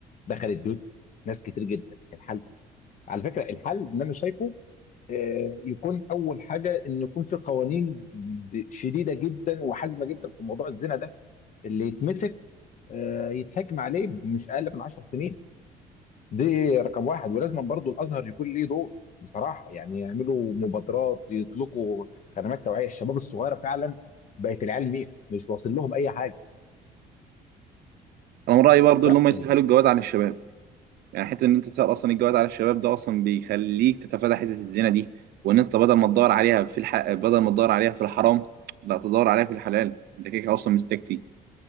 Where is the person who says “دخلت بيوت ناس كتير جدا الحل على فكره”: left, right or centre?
Left